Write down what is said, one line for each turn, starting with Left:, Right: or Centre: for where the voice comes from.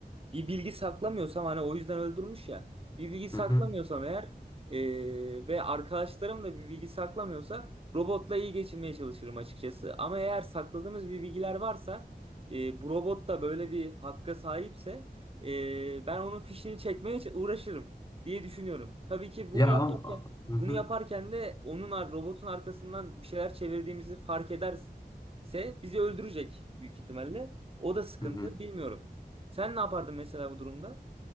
Right: bir bilgi saklamıyorsam hani o yüzden öldürmüş ya. Bir bilgi saklamıyorsam
Left: Hı hı.
Right: eğer e, ve arkadaşlarım da bir bilgi saklamıyorsa robotla iyi geçinmeye çalışırım açıkçası. Ama eğer sakladığımız bir bilgiler varsa e, bu robot da böyle bir hakka sahipse e, ben onun fişini çekmeye uğraşırım diye düşünüyorum. Tabii ki bunu
Left: Ya
Right: yaparken
Left: ama... Hı hı.
Right: bunu yaparken de onun ar- robotun arkasından bir şeyler çevirdiğimizi fark ederse bizi öldürecek büyük ihtimalle. O da sıkıntı,
Left: Hı hı.
Right: bilmiyorum. Sen ne yapardın mesela bu durumda?